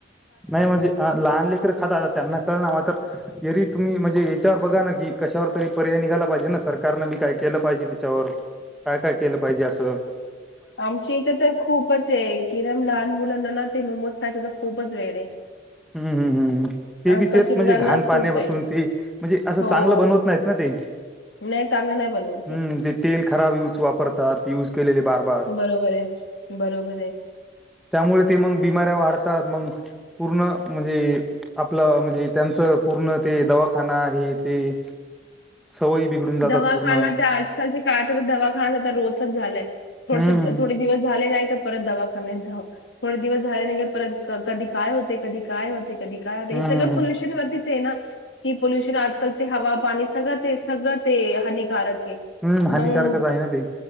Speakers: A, in the centre; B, on the left.
A: नाही म्हणजे लहान लेकरडे खाता आता त्यांना कळणार मात्र तरी तुम्ही म्हणजे याच्यावर बघा ना की कशावर तरी पर्याय निघाला पाहिजे ना सरकारनं बी काय केलं पाहिजे त्याच्यावर काय काय केलं पाहिजे अस.
B: आमची इथे तर खूपच आहे किमान लहान मुलांना ना ते मोमोज खायच तर खूपच वेळ आहे.
A: हम्म, हम्म, हम्म, हम्म. ते
B: आजकालची
A: बी तेच
B: मुलांना
A: म्हणजे घाण पाण्यापसून
B: खूप आहे.
A: ते म्हणजे असं
B: हो
A: चांगलं बनवत नाहीत ना ते.
B: नाही चांगलं नाही बनवत
A: हम्म ते तेल खराब यूज वापरतात य बारबार
B: बरोबर आहे बरोबर आहे.
A: त्यामुळे ते मग बिमारी वाढतात मग पूर्ण म्हणजे आपलं म्हणजे त्यांचं पूर्ण ते दवाखाना आहे ते.
B: हम् <unintelligible> हम
A: सवयी बिघडून जातात
B: दवाखाना
A: पूर्ण
B: ते आजकालचे काळात ते दवाखाना रोजच झालंय. थो
A: हम्म
B: थोडे दिवस झाले नाही परत दवाखान्यात जा थोडे दिवस झाले नाही परत कधी काय होते कधी काय होते. कधी काय हे
A: हम्म
B: सगं फलुवेशरीवरती ह पोल्युशन आजकालचे हवा पाणी सगळं ते सगळ ते हानिकारक आहे
A: हम्म हानिकारकच
B: मग
A: आहे ना ते